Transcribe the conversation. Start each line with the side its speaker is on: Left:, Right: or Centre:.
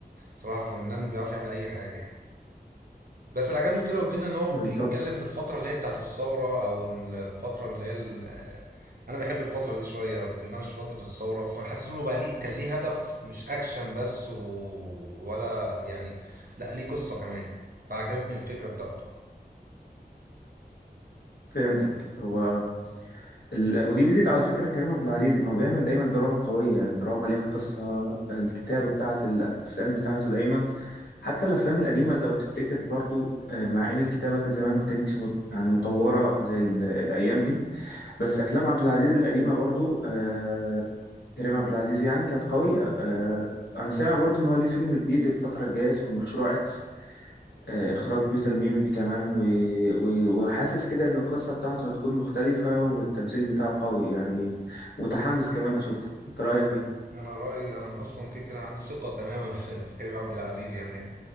Right: صراحة فنان بيعرف يعمل اي حاجة يعني بس اللي عجبني في كيرة والجن ان هو
Left: بالظبط
Right: بيتكلم في الفترة اللي هي بتاعت الثورة او ال- الفترة اللي هي ال- انا بحب الفترة دي شوية بيناقش فترة الثورة فحسيت انه بقى ليه كان ليه هدف مش اكشن بس و... ولا يعني لا ليه قصة كمان فعجبني الفكرة بتاعته
Left: فهمتك هو ال... ودي ميزة على فكرة كريم عبد العزيز إن هو بيعمل دايما دراما قوية يعني دراما ليها قصة الكتابة بتاعة الأفلام بتاعته دايما حتى الأفلام القديمة لو تفتكر برضو آه، مع إن الكتابة زمان ما كانتش مت... يعني متطورة زي ال... الأيام دي بس أفلام عبد العزيز القديمة برضو آه، كريم عبد العزيز يعني كانت قوية آه، أنا سامع برضو إن هو ليه فيلم جديد الفترة الجاية اسمه المشروع إكس آه، إخراج بيتر ميمي كمان و... و... وحاسس كده إن القصة بتاعته هتكون مختلفة والتمثيل بتاعه قوي يعني متحمس كمان أشوفه أنت رأيك إيه؟
Right: انا رأيي انا اصلا كده كده عندي ثقة تماما في في كريم عبد العزيز يعني